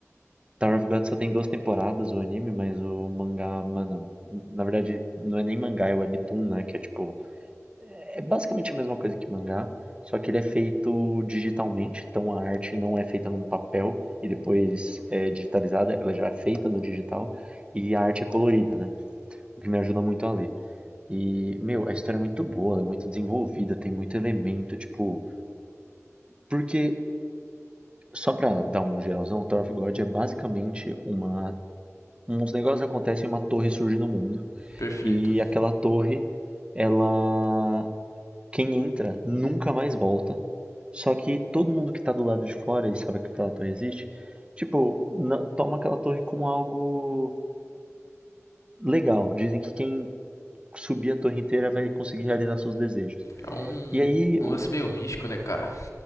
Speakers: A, on the right; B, on the left.
A: Tower of God só tem duas temporadas o anime, mas o mangá, mano, na verdade não é nem mangá, é webtoon, né? Que é tipo, é basicamente a mesma coisa que mangá, só que ele é feito digitalmente, então a arte não é feita num papel e depois é digitalizada, ela já é feita no digital e a arte é colorida, né? O que me ajuda muito a ler. E, meu, a história é muito boa, ela é muito desenvolvida, tem muito elemento, tipo, Porque, só pra dar um geralzão, Tower of God é basicamente uma. Uns negócios acontecem, uma torre surge no mundo.
B: Perfeito.
A: E aquela torre, ela. Quem entra nunca mais volta. Só que todo mundo que tá do lado de fora e sabe que aquela torre existe, tipo, não- toma aquela torre como algo legal. Dizem que quem subir a torre inteira vai conseguir realizar seus desejos.
B: É um,
A: E aí,
B: um
A: o-
B: lance meio místico, né, cara?